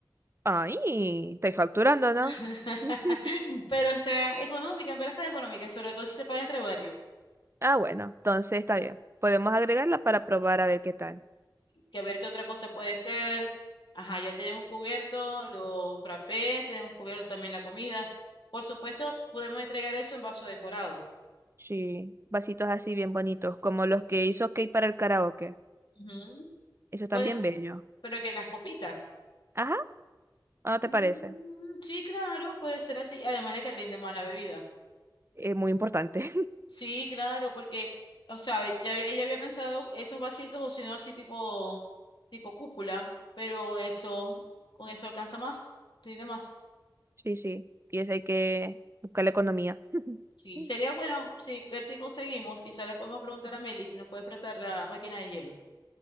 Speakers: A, on the right; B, on the left.
A: Ay, estoy facturando, ¿no?
B: <laughs>
A: <laughs>
B: Pero está económica, en verdad está económica y sobre todo si se paga entre varios.
A: Ah, bueno, entonces está bien. Podemos agregarla para probar a ver qué tal.
B: que a ver qué otra cosa puede ser. Ajá, ya tenemos cubierto los frappés, tenemos cubierto también la comida. Por supuesto, podemos entregar eso en vaso decorado.
A: Sí, vasitos así bien bonitos, como los que hizo Kate para el karaoke.
B: Ujú.
A: Eso también
B: Pues,
A: bello.
B: pero que las copitas.
A: Ajá, ¿o ¿no
B: Mm,
A: te parece?
B: sí, claro, puede ser así. Además de que rinde más la bebida.
A: Es muy importante.
B: Sí, claro, porque, o sea, ya había- ella había pensado esos vasitos o si no así tipo, tipo cúpula, pero eso, con eso alcanza más, rinde más.
A: Sí, sí. Y eso hay que buscar la economía. <laughs>
B: Sí, sería bueno, sí, ver si conseguimos, quizá le podemos preguntar a Meli si nos puede prestar la máquina de hielo.